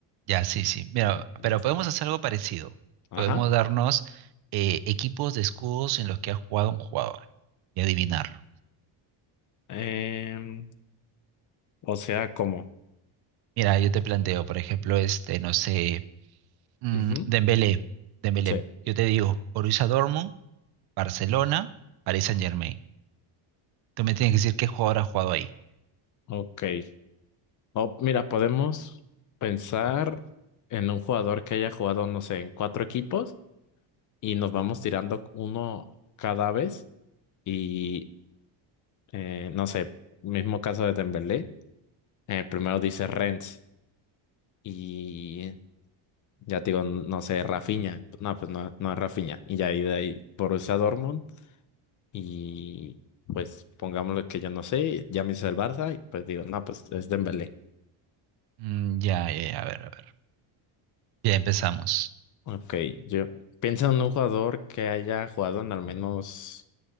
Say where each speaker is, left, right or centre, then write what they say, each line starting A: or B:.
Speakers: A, on the right; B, on the left.
A: ya, sí, sí. Mira,
B: Y- y-
A: pero podemos hacer algo parecido.
B: Ajá.
A: Podemos darnos eh, equipos de escudos en los que ha jugado un jugador y adivinarlo.
B: Em, o sea, ¿cómo?
A: Mira, yo te planteo, por ejemplo, este, no sé. Mm,
B: Ujú,
A: Dembélé, Dembélé,
B: Sí,
A: yo te digo, Borussia Dortmund, Barcelona, Paris Saint-Germain. Tú me tienes que decir qué jugador ha jugado ahí.
B: ok. O, mira, podemos pensar en un jugador que haya jugado, no sé, en cuatro equipos y nos vamos tirando uno cada vez y, eh, no sé, mismo caso de Dembélé, eh, primero dice Rennes y Ya te digo, no sé, Rafinha. No, pues no, no es Rafinha. Y ya ahí de ahí Borussia Dortmund. Y pues pongámoslo que yo no sé, ya me hice el Barça. Y pues digo, no, pues es Dembélé.
A: Mm, ya, ya, ya, a ver, a ver. Ya empezamos.
B: Ok, yo pienso en un jugador que haya jugado en al menos